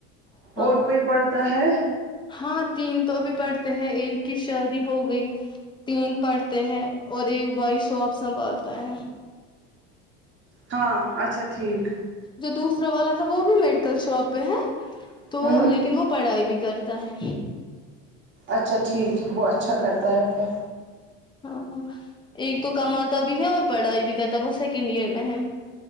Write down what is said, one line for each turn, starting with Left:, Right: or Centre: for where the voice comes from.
Left: ہاں
Right: اور کوئی پڑھتا ہے
Left: ہاں تین تو ابھی پڑھتے ہیں ایک کی شادی ہو گئی تین پڑھتے ہیں اور ایک بھائی شاپ سنبھالتا ہے
Right: ہاں اچھا ٹھیک
Left: جو دوسرا والا تھا وہ بھی میڈیکل شاپ پہ ہے تو
Right: ہوں
Left: لیکن وہ پڑھائی بھی کرتا ہے
Right: اچھا ٹھیک ٹھیک وہ اچھا کرتا ہے پھر
Left: ہاں ہ ایک تو کماتا بھی ہے اور پڑھائی بھی کرتا وہ سیکنڈ ایئر میں ہے